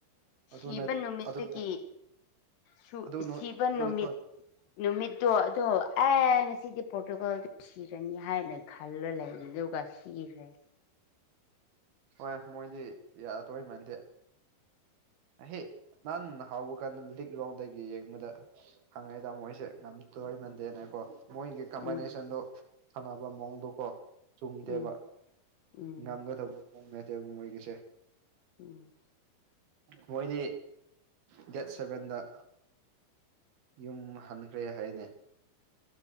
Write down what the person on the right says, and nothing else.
ꯑꯗꯨꯅ
ꯑꯗꯨ
ꯑꯗꯨ
ꯑꯗꯨ
ꯍꯣꯏ
ꯍꯣꯏ ꯃꯣꯏꯗꯤ ꯌꯥꯗꯣꯏ ꯃꯥꯟꯗꯦ ꯑꯍꯩ ꯅꯥꯍꯥꯟ ꯍꯧꯕꯀꯥꯟꯗ ꯂꯤꯛ ꯔꯥꯎꯟꯗꯒꯤ ꯌꯦꯡꯕꯗ ꯍꯪꯉꯦ ꯑꯗ ꯃꯣꯏꯁꯦ ꯌꯥꯝ ꯇꯣꯏꯃꯟꯗꯦꯅꯦꯀꯣ ꯃꯣꯏꯒꯤ ꯀꯝꯕꯥꯏꯟꯅꯦꯁꯟꯗꯣ
ꯁꯥꯟꯅꯕ ꯃꯋꫭꯡꯗꫭꯀꯣ ꯆꯨꯝꯗꯦꯕ
ꯉꯝꯒꯗꯕ ꯃꯋꫭꯡ ꯅꯠꯇꯦꯕ ꯃꯣꯏꯒꯤꯁꯦ
ꯃꯣꯏꯗꯤ ꯗꯦꯠ ꯁꯚꯦꯟꯗ ꯌꯨꯝ ꯍꯟꯈ꯭ꯔꯦ ꯍꯥꯏꯅꯦ